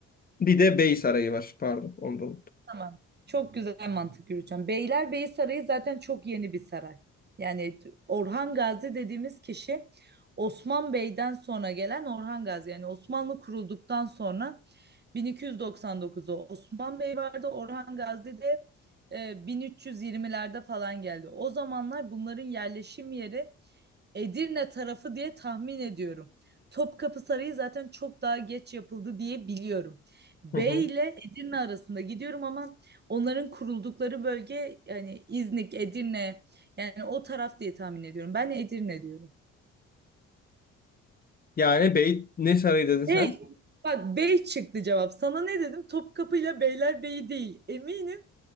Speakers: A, on the left; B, on the right.
A: Bir de Bey Sarayı var. Pardon, onu da unuttum.
B: Tamam. Çok güzel mantık yürüteceğim. Beylerbeyi Sarayı zaten çok yeni bir saray. Yani Orhan Gazi dediğimiz kişi Osman Bey'den sonra gelen Orhan Gazi. Yani Osmanlı kurulduktan sonra 1299'u Osman Bey vardı. Orhan Gazi de e, 1320'lerde falan geldi. O zamanlar bunların yerleşim yeri Edirne tarafı diye tahmin ediyorum. Topkapı Sarayı zaten çok daha geç yapıldı diye biliyorum. Bey
A: Hı hı.
B: ile Edirne arasında gidiyorum ama onların kuruldukları bölge yani İznik, Edirne yani o taraf diye tahmin ediyorum. Ben Edirne diyorum.
A: Yani Bey ne sarayı dedin sen?
B: Bey, bak Bey çıktı cevap. Sana ne dedim? Topkapı ile Beylerbeyi değil. Eminim